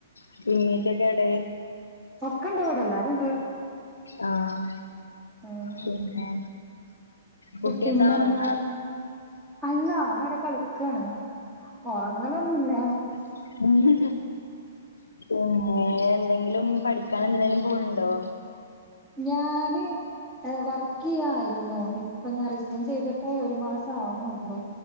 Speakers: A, on the left; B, on the right.
A: <unintelligible> റ്റൊക്കെ ഏടെ
B: ഒക്കെ ഇണ്ട് ഇവിടെ എല്ലാരും ഉണ്ട്
A: ആഹ്
B: ഉം
A: പിന്നെ കുട്ടി
B: പിന്നെന്താ
A: ന്താ ഒറങ്ങാ
B: അല്ല ഓനവ്ടെ കളിക്കാണ് ഒറങ്ങലൊന്നും ല്ല
A: <unintelligible> നെ ഏഹ് എന്തെങ്കിലും പഠിക്കാൻ എന്തിനെലും പോണ് ണ്ടോ
B: ഞാന് ഏഹ് വർക്കെയ്യായിരുന്നു ഇപ്പൊ ഞാൻ റിസൈൻ ചെയ്തിട്ട് ഒരു മാസാവ്ണൊള്ളൂ